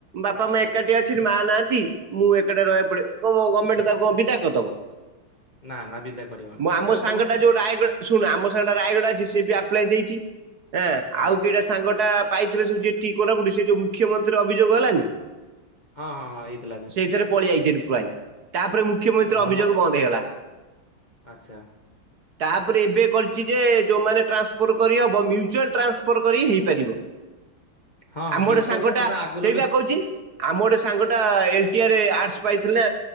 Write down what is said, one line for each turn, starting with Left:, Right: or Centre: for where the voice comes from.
Right: ବାପା ମା ଏକାଟିଆ ଅଛନ୍ତି ମା ନାଆନ୍ତି। ମୁଁ ଏକାଟିଆ ରହିଆକୁ ପଡେ କଁ ମ ଗମେଣ୍ଟେ ତାକୁ କଁ ବିଦା କରିଦବ।
Left: ନା ନା ବିଦା କରିବନି
Right: ମୁଁ ଆମ
Left: ସେଟା
Right: ସାଙ୍ଗଟା
Left: ସବୁ
Right: ଯୋଉ ରାୟଗଡା ଶୁଣୁ ଆମ ସାଙ୍ଗଟା ରାୟଗଡ ଅଛି ସିଏ ବି ଆପ୍ଲାଏ ଦେଇଚି ହେଁ
Left: ହଁ
Right: ଆଉ କେଇଟା ସାଙ୍ଗଟା ପାଇଥିଲେ ସବୁ ଯେ ଟି କୋରାପୁଟୁ ସିଏ ଯୋଉ ମୁ ଖ୍ୟମନ୍ତ୍ରୀ ଅଭିଯୋଗ ହେଲାନି
Left: ହଁ ହଁ ହେଇଥିଲା ଯୋଉ
Right: ସେଇଥେରେ ପଳି ଆଇଚନ୍ତିି ପ୍ରାୟେ। ତାପରେ ମୁଖ୍ୟମନ୍ତ୍ରୀ
Left: ଆ ଭଲ
Right: ଅଭିଯୋଗ
Left: କରିଛନ୍ତି।
Right: ବନ୍ଦ ହେଇଗଲା।
Left: ଆଚ୍ଛା
Right: ତାପରେ ଏବେ କରିଛି ଯେ ଯୋଉମାନେ ଟ୍ରାନ୍ସଫର୍ କରି ହବ ମ୍ୟୁଚୁଆଲ୍ ଟ୍ରାନ୍ସଫର୍ କରିକି ହେଇପାରିବ।
Left: ହଁ
Right: ଆମ
Left: ମ୍ୟୁଚୁଆଲ
Right: ଗୋଟେ ସାଙ୍ଗଟା
Left: ରେ ସେଟା ଆଗରୁ
Right: ସେଇ
Left: ବି
Right: ବା କହୁଚି ଆମ ଗୋଟେ ସାଙ୍ଗଟା ଏଲ୍ ଟି ଆର୍ ଆର୍ଟସ୍ ପାଇଥିଲା